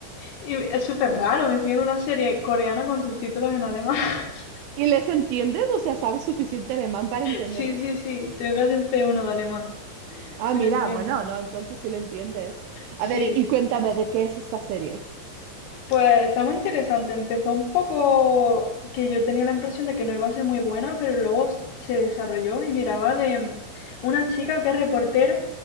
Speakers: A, on the left; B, on the right.
A: Y es súper raro, me estoy viendo una serie coreana con subtítulos en alemán. <laughs>
B: ¿Y les entiendes? O sea, ¿sabes suficiente alemán para entenderle?
A: Sí, sí, sí, tengo casi un C1 de alemán,
B: Ah,
A: sí
B: mira,
A: lo entiendo.
B: bueno, no, entonces sí le entiendes.
A: Sí,
B: A ver, y, y cuéntame de qué es esta serie.
A: pues está muy interesante. Empezó un poco que yo tenía la impresión de que no iba a ser muy buena, pero luego s- se desarrolló y miraba de una chica que es reportera